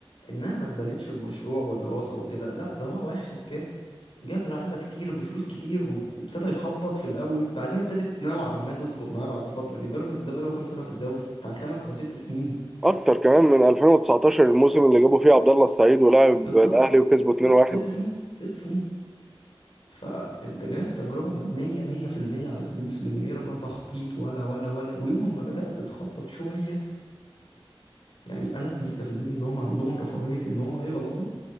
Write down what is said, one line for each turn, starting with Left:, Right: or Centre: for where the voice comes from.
Left: انها ما اتبنتش بمشروع ودراسة وكده لا ده هو واحد جه جاب لعيبة كتير بفلوس كتير وب- وابتدى يخبط في الاول بعدين ابتدت نوعا ما تظبط معاه بعد فترة يعني بيراميدز ده بقاله كام سنة في الدوري بتاع خمس او ست سنين
Centre: اكتر كمان من 2019 الموسم اللي جابوا فيه عبد الله السعيد ولعب
Left: بالظبط
Centre: الاهلي وكسبوا
Left: بالظبط
Centre: 2-1
Left: ست سنين ست سنين فانت جايب تجربة مبنية مية في المية على الفلوس من غير لا تخطيط ولا ولا ولا ويوم ما بدأت تخطط شوية يعني انا اللي مستفزني ان هم عندهم رفاهية ان هم يغلطوا